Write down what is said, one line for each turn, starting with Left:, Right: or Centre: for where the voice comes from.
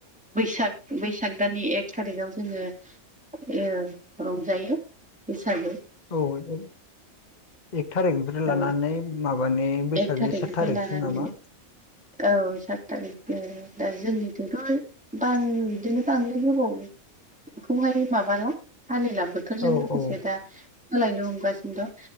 Centre: बैसाग बैसाग दानानि एक थारिखआव जोङो ओं रंजायो बैसागु
Left: औ औ एक थारिकनिफ्राय
Centre: औ
Left: लानानै माबानि बैसागनि
Centre: एक थारिखनिफ्राय
Left: सात थारिकसम
Centre: लानानै
Left: नामा?
Centre: औ सात थारिख आरो दा जोंनिथिथ' बा आं बिदिनो बांद्राय गोबावखौहाय माबाला फालिलाबो डक्टरजों
Left: औ
Centre: लोगोसे
Left: औ
Centre: दा सोलायनो हमगासिनो दं